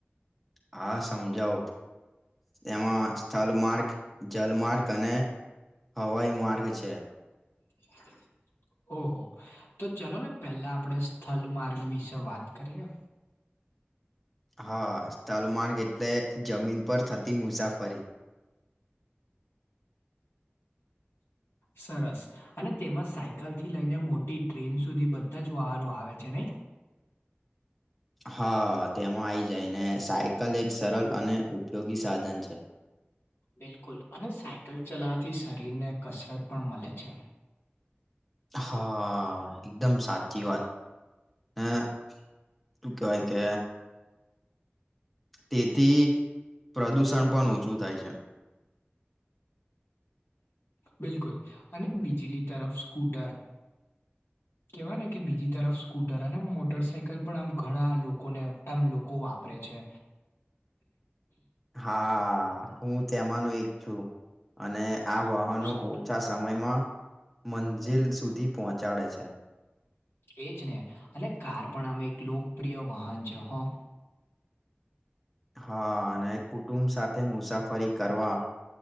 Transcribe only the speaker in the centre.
હા સમજાવો. એમાં સ્થલ માર્ગ જલમાર્ગ અને હવાઈ માર્ગ છે.
હા. સ્થલમાર્ગ એટલે જમીન પર થતી મુસાફરી. <inaudible>
હા. તેમાં આઈ જાય. ને સાયકલ એક સરલ અને ઉપયોગી સાધન છે. <inaudible>
હા. એકદમ સાચી વાત. <unintelligible> ટૂ કહેવાય કે તેથી પ્રદુષણ પણ ઓછું થાય છે.
<inaudible>
<inaudible> હા. હું તેમાંનો એક છું. અને
આ વાહનો
ઓછ છા સમયમાં મંજિલ સુધી પહોંચાડે છે.
હા. અને કુટુંબ સાથે મુસાફરી કરવા